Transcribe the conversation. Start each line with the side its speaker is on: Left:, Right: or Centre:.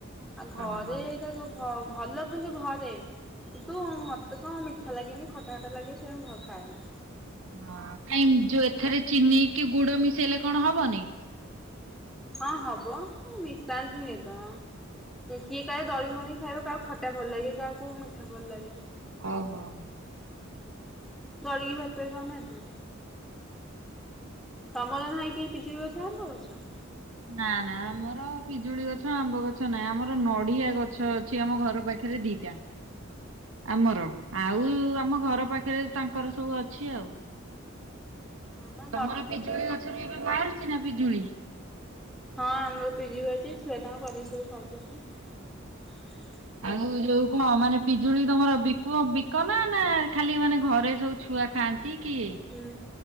Centre: ଆଉ ଘରେ
Right: ଓହୋ।
Centre: ଏଇଟା କି-ଭଲ କିନ୍ତୁ ଘରେ। କିନ୍ତୁ, ମୋତେ କଣ ମିଠା ଲାଗେନି। ଖଟା, ଖଟା ଲାଗେ ସେ ଭ ଖାଏନା।
Right: ହଁ, କାଇଁ ଯୋଉ ଏଥରେ ଚିନି କି ଗୁଡ ମିଶେଇଲେ କଣ ହବନି?
Centre: ହଁ, ହବ ମିଶାନ୍ତିନି ତ କିଏ କାଳେ ଦଳି ମଳି ଖାଇବ। କାହାକୁ ଖଟା ଭଲ ଲାଗେ। କାହାକୁ ମିଠା ଭଲ ଲାଗେ।
Right: ଓହୋ।
Centre: ଦଳିକି ଭାତରେ ଖାଉ ନାହାନ୍ତି ତମର ନାହିଁ କି ପିଜୁଳି ଗଛ, ଆମ୍ବ ଗଛ?
Right: ନା ନା, ଆମର ପିଜୁଳି ଗଛ ଆମ୍ବ ଗଛ ନାହିଁ। ଆମର ନଡିଆ ଗଛ ସେ ଆମ ଘର ପାଖରେ ଦିଟା।
Centre: <inaudible>
Right: ଆମର। ଆଉ ଆମ ଘର ପାଖରେ ତାଙ୍କର ସବୁ ଅଛି ଆଉ।
Centre: ହଁ ଆମ
Right: ତମର ପିଜୁଳି ଗଛରୁ ଏବେ ବାହାରୁଛି ନା ପିଜୁଳି?
Centre: ହଁ, ଆମର ପିଜୁଳି ବି ଅଛି। ଛୁଆ ତାଙ୍କ ପାରିକି ସବୁ ଖାଉଛନ୍ତି। <inaudible>
Right: ଆଉ ଯୋଉ କଣ ମାନେ ପିଜୁଳି ତମର ବିକୁଅ, ବିକ ନା? ନା ଖାଲି ମାନେ ଘରେ ସବୁ ଛୁଆ ଖାଆନ୍ତି କିଏ?
Centre: ହୁଁ।